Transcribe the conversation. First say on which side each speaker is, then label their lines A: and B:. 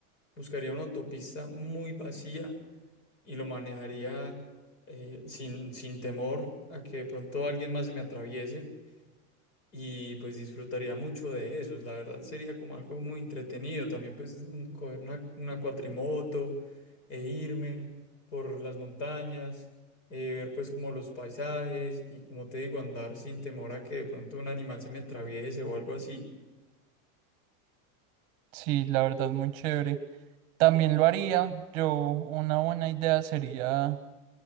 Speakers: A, on the left; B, on the right.
A: Buscaría una autopista muy vacía y lo manejaría eh, sin, sin temor a que de pronto alguien más se me atraviese y pues disfrutaría mucho de eso. La verdad sería como algo muy entretenido. También pues un- coger una, una cuatrimoto e irme por las montañas, eh, ver pues como los paisajes y como te digo, andar sin temor a que de pronto un animal se me atraviese o algo así.
B: sí, la verdad, muy chévere. También lo haría. Yo, una buena idea sería